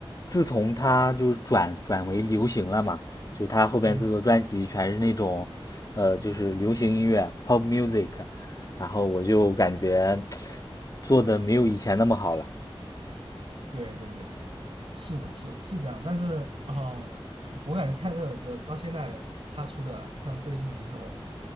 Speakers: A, on the left (about 35°); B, on the right (about 75°).
A: 自从他就是转转为流行了嘛，就他后边制作专辑全是那种，
B: 嗯，
A: 呃，就是流行音乐 （pop music），然后我就感觉做的没有以前那么好了。
B: 对对对，是的，是是这样，但是，嗯，我感觉泰勒的歌到现在他出的，像最近几首，